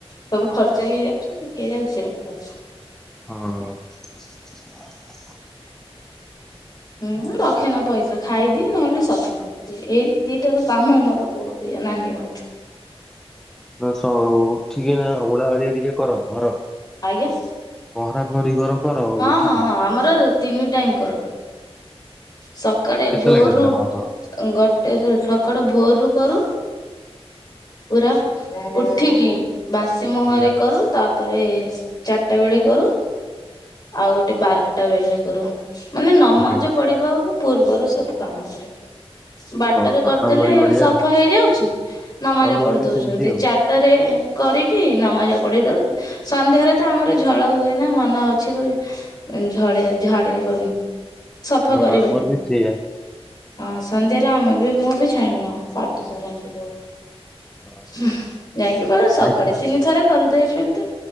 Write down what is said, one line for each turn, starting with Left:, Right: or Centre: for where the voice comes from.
Left: ସବୁ ଖର୍ଚ ହେଇଯାଉଚି କିଏ ଯାଉଚି ରଖିବାକୁ।
Centre: ହଁ।
Left: ହୁଁ ଦଶ୍ ରଖେନା ପଇସା ଖାଇଦିଏ ନହେଲେ ସପିଙ୍ଗ୍ କରିଦିଏ ଏଇ ଦିଟାର କାମ ମୋର ବଢ଼ିଆ ନାହିଁ ମତେ।
Centre: ସ ଉଠିକି ନା ଓଳା ଓଳି ଟିକେ କର ଘର।
Left: ଆଜ୍ଞା।
Centre: ପହଁରା ପହଁରି କର।
Left: ହଁ
Centre: ଉଠିକି
Left: ହଁ ହଁ ଆମର ତିନି ଟାଇମ୍ କରୁ। ସକାଳେ
Centre: କେତେବେଳେ
Left: ଭୋର୍
Centre: କେତେବେଳେ
Left: ରୁ
Centre: କଣ କର।
Left: ଗଟେ ଯୋଉ ସକାଳୁ ଭୋର୍ ରୁୁ କରୁ। ପୁରା ଉଠିକି ବାସି ମୁହଁରେ
Centre: ହୁଁ
Left: କରୁ। ତାପରେ ଚାରିଟା ବେଳେ କରୁ। ଆଉ ଗୋଟେ ବାରଟା ବେଳେ କରୁ। ମାନେ ନମାଜ
Centre: ହୁଁ ହୁଁ।
Left: ପଢିବା ଆଗୁ ପୂର୍ବରୁ ସବୁ କାମ କରେ। ବାରଟା
Centre: ହଁ
Left: ରେ କରିଦେଲେ
Centre: ଆମରି ଭଳିଆ
Left: ସଫା ହେଇଯାଉଛି। ନମାଜ
Centre: ଆମର
Left: ପଡି
Centre: ବି
Left: ଦଉଛନ୍ତି।
Centre: ସେମିତି ଆଉ।
Left: ଟରେ କରିକି ନମାଜ ପଢି ଦଉ। ସନ୍ଧ୍ୟାରେ ତ ଆମର ଝଳା ହୁଏ ନା ମନା ଅଛି। ଝଡେ ଝଡେଇବନି ସଫା
Centre: ହଁ
Left: କରିବନି।
Centre: ଆମର ବି ସେଇଆ
Left: ହଁ ସନ୍ଧ୍ୟାରେ ଆମେ ବି ମୁଁ ବି ଛାଣିନ ପାଟି କରନ୍ତି ବଉ।
Centre: ହଁ,
Left: ଉଁ ଯାଇଁକି କର ସକାଳେ
Centre: ଆଉ କିଛି
Left: ତିନି ଥର କରିଦେଇଛନ୍ତି।